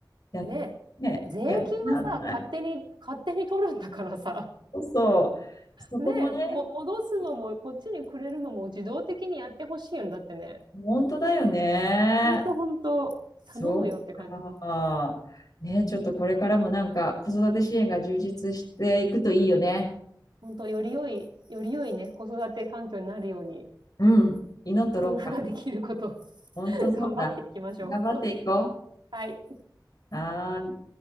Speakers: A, on the left (about 55°); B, on the right (about 80°).
A: や、
B: ね
A: ね、
B: え、税金はさ、
A: や、なんない。
B: 勝手に、勝手に取るんだからさ、
A: そうそう。そこもね、
B: ねえ、も、戻すのも、こっちにくれるのも自動的にやってほしいよね。だってね、
A: 本当だよね。
B: ほんとほんと、頼むよって感じ。
A: そっか。ね、ちょっとこれからもなんか子育て支援が充実していくといいよね。
B: ほんと、より良い、より良いね、子育て環境になるように、
A: うん。祈っとろうか。
B: 大人ができること、<laughs>
A: 本当そうだ。
B: 頑張っていきましょう、
A: 頑張っていこ
B: ほんと。はい。
A: う。はーい。